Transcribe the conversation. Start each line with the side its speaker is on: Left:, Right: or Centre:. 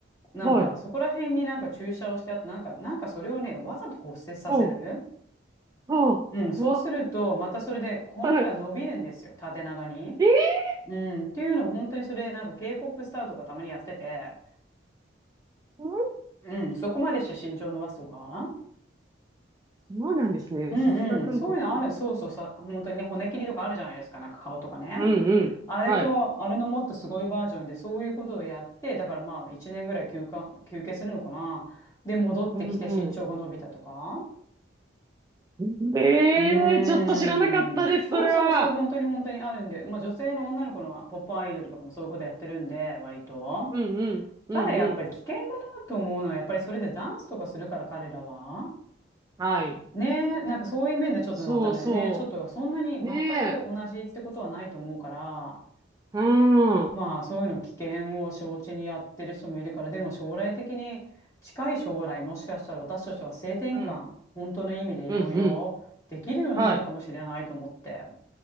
Left: なんか、
Right: はい。
Left: そこら辺になんか注射をして、あとなんか、なんかそれをね、わざと骨折させる。
Right: ほう。ほう。
Left: うん、
Right: 怖っ。
Left: そうすると、またそれで骨が伸びるんですよ、
Right: <laughs> はい。
Left: 縦長に。
Right: えー、
Left: うん、っていうのを本当にそれ、なんか K-POP スターとかたまにやってて、
Right: うん
Left: うん、そこまでして身長伸ばすとか。
Right: そうなんですね。
Left: うんうん、
Right: さすが韓国。
Left: そういうのある。そうそうさ、本当にね、骨切りとかあるじゃないですか、なんか顔とかね。
Right: うんうん。
Left: あれと、
Right: はい。
Left: あれのもっとすごいバージョンで、そういうことをやって、だからまあ、1年ぐらい休暇、休憩するのかな。で、戻ってきて身長が伸びたとか。
Right: うんうん。ええーちょっと知らなかったです、
Left: うーん。そうそうそう、
Right: それは。
Left: 本当に本当にあるんで、まあ女性の女の子のはポップアイドルとかもそういうことやってるんで、割と。
Right: うんうん。
Left: ただやっぱり危険だなと思うのは、
Right: うんうん。
Left: やっぱりそれでダンスとかするから彼らは。
Right: はい。
Left: ねえ、なんかそういう面でちょっとまたね、
Right: そうそ
Left: ねえちょっとそんなに全く同じってことはないと思うから、
Right: う。ねえ。うん。うん。
Left: まあそういうの危険を承知にやってる人もいるから、でも将来的に近い将来もしかしたら私たちは性転換、
Right: うん
Left: 本当の意味でいろいろできるようになるのかもしれないと思って。
Right: うん。はい。